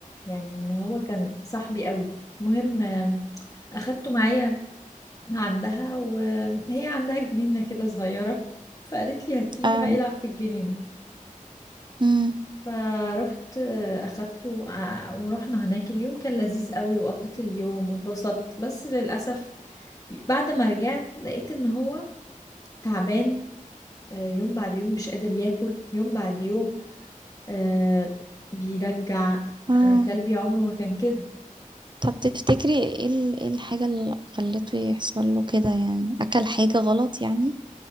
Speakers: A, on the left; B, on the right.
A: يعني ان هو كان صاحبي قوي المهم آم، اخدته معايا عندها وهي عندها جنينة كده صغيرة فقالت لي هاتيه
B: اه
A: وهيلعب في الجنينة
B: امم
A: فروحت آه، اخدته آه، ورحنا هناك اليوم كان لذيذ قوي وقضيت اليوم واتبسطت بس للاسف بعد ما رجعت لقيت ان هو تعبان آه، يوم بعد يوم مش قادر ياكل يوم بعد يوم آه، بيرجع
B: اه
A: انا كلبي عمره ما كان كده
B: طب تفتكري ايه ال- إيه الحاجه اللي خلته يحصل له كده يعني اكل حاجه غلط يعني